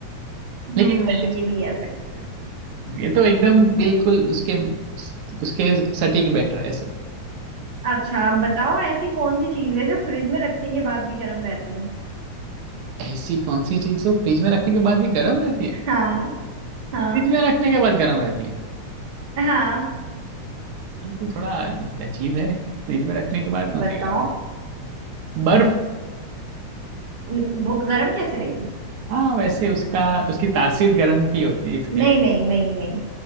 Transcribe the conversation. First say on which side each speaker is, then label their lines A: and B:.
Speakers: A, on the right; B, on the right.
A: हम्म
B: लेकिन सही है
A: ये भी कह सकते हैं
B: हाँ ये तो एकदम बिल्कुल उसके उसके सटीक बैटर है ऐसा
A: अच्छा आप बताओ ऐसी कौन सी चीज है जो फ्रिज में रखने के बाद भी गर्म रहती है
B: ऐसी कौन सी चीज जो फ्रिज में रखने के बाद भी गर्म रहती है
A: हाँ हाँ
B: फ्रिज में रखने के बाद गर्म रहती है
A: हाँ
B: को थोड़ा अजीब है फ्रिज में रखने के बाद कौन
A: बताओ
B: खाएगा बर्फ
A: न- वो गर्म कैसे रहेगी
B: हाँ वैसे उसका उसकी तासीर गर्म की होती है इसके
A: नहीं
B: लिए
A: नहीं नहीं नहीं